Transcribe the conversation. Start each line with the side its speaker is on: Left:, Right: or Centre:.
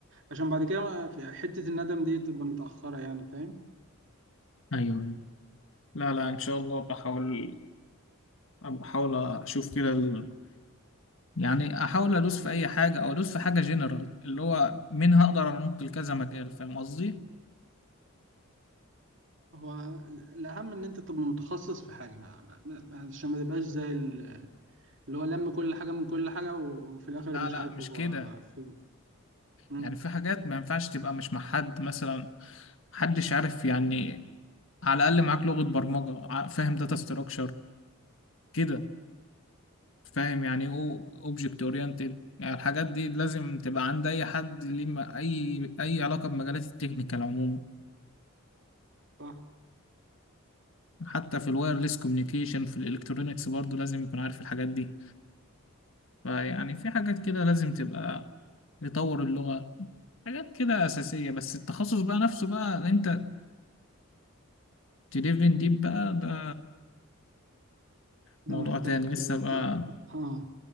Right: عشان بعد كده ما- في حته الندم دي تبقى متاخره يعني فاهم
Left: ايوه لا لا ان شاء الله بحاول بحاول اشوف كده ال... يعني احاول ادوس في اي حاجة او ادوس في حاجة جنرال اللي هو منها اقدر انط لكذا مجال فاهم قصدي
Right: هو ال- الاهم ان انت تبقى متخصص في حاجه ما ما- ما- عشان ما تبقاش زي ال- اللي هو لم كل حاجه من كل حاجه وفي الاخر
Left: لا
Right: مش
Left: لا
Right: عارف
Left: مش
Right: هو
Left: كده
Right: فين مم،
Left: يعني في حاجات ما ينفعش تبقى مش مع حد مثلا محدش عارف يعني على الاقل معاك لغة برمجة ع- فاهم داتا ستراكشر كده فاهم يعني ايه اوبجكت اورينتد يعني الحاجات دي لازم تبقى عند اي حد ليه م- اي اي علاقه بمجالات التكنيكال عموما
Right: صح
Left: حتى في الوايرلس كوميونيكيشن في الالكترونيكس برضو لازم يكون عارف الحاجات دي فيعني في حاجات كده لازم تبقى يطور اللغه حاجات كده اساسيه بس التخصص بقى نفسه بقى اللي انت تديفن ديب بقى ده موضوع
Right: ده محتاج
Left: تاني لسه بقى
Right: ت... اه